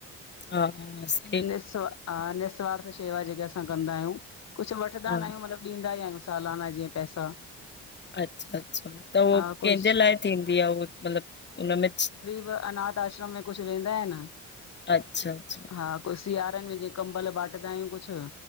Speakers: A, on the left (about 35°); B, on the left (about 60°).
A: हा हा असां
B: निसोआ नि्स्वार्थ शेवा जेके असां कंदा आहियूं, कुझ वठंदा
A: आ, हा
B: न आहियूं मतिलबु ॾींदा ई आहियूं, सालाना जीअं पैसा।
A: अच्छा- अच्छा त उहो
B: हा कुझु
A: कंहिंजे लाइ थींदी आहे उह मतिलबु हुन में
B: व अनाथ आश्रम में कुझु वेंदा आहे न
A: अच्छा -अचछा
B: हा कोई सियारे में जीअ कंबल बाटंदा आहियूं कुछ